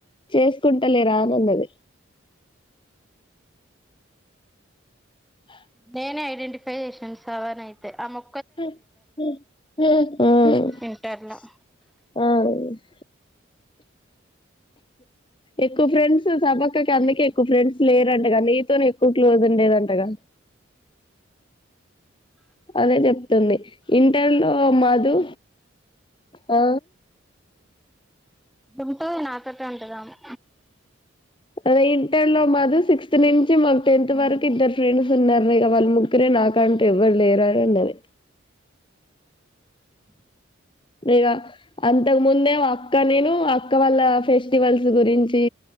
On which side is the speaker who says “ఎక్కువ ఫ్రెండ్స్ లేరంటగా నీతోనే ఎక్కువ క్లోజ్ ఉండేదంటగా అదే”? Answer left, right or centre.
Left